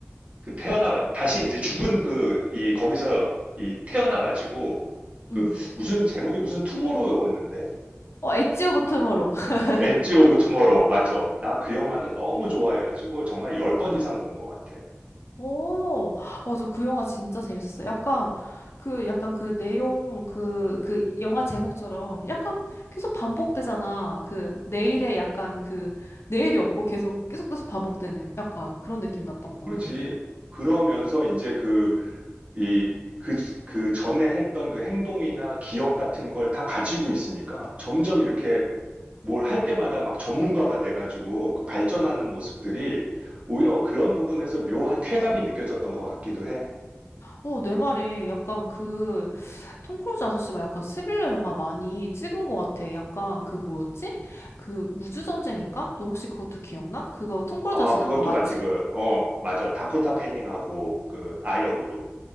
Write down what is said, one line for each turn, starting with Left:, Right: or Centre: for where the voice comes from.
Right: 그 태어나 다시 이제 죽은 그 이 거기서 이 태어나 가지고
Left: 응.
Right: 그 무슨 제목이 무슨 투모로우였는데
Left: 어, 엣지오 버트모로. <laughs>
Right: 엣지 오브 투모로우 맞아 나 그 영화는 너무 좋아해 가지고 정말 10번 이상 본 것 같아
Left: 오, 맞아. 그 영화 진짜 재밌었어. 약간, 그, 약간 그 내용, 그, 그 영화 제목처럼 약간 계속 반복되잖아. 그, 내일에 약간 그, 내일이 없고 계속, 계속 계속 반복되는 약간 그런 느낌 났던 것
Right: 그렇지.
Left: 같아.
Right: 그러면서 이제 그, 이, 그, 그 전에 했던 그 행동이나 기억 같은 걸 다 가지고 있으니까 점점 이렇게 뭘 할 때마다 막 전문가가 돼가지고 그 발전하는 모습들이 오히려 그런 부분에서 묘한 쾌감이 느껴졌던 것 같기도 해.
Left: 어, 내 말이 약간 그, 톰 크루즈 아저씨가 약간 스릴러 영화 많이 찍은 것 같아. 약간 그 뭐였지? 그 우주전쟁인가? 너 혹시 그것도 기억나? 그거 톰 크루즈
Right: 아,
Left: 아저씨
Right: 그것도
Left: 나온 거 맞지?
Right: 맞지. 그, 어, 맞아. 다코타 패닝하고 그 아역으로.